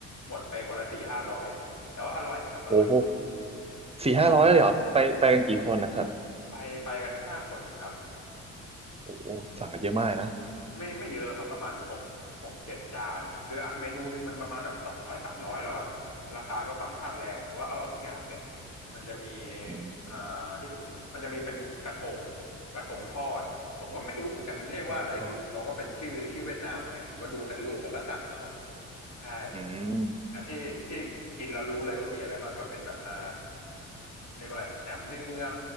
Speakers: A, on the left; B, on the right.
A: หมดไปคนละสี่ห้าร้อยแต่ว่าอร่อยครับอร่อย
B: โอ้โหสี่ห้าร้อยเลยเหรอไปไปกันกี่คนนะครับ
A: ไปไปกันห้าคนครับ
B: โอ้โหสั่งกันเยอะมากนะ
A: ไม่ไม่เยอะครับประมาณหกหกเจ็ดจานคือเมนูหนึงมันประมาณแบบสองร้อยสามร้อยแล้วอะราคาก็ค่อนข้างแรงแต่ว่าอร่อยทุกอย่างเลยมันจะมี
B: อืม
A: อ่าที่ผมมันจะมีเป็นกระทงกระทงทอดผมก็ไม่รู้เหมือนกันมันเรียกว่าอะไรคือเขาก็เป็นชื่อชื่อเวียดนามอะไงผมก็ดูแต่รูปแล้วก็สั่งเอา
B: ของทอด
A: ใช่
B: อืม
A: ที่ที่กินแล้วรู้เลยว่ามีอะไรบ้างก็เป็นแบบอ่าเรียกว่าอะไรหนามเนือง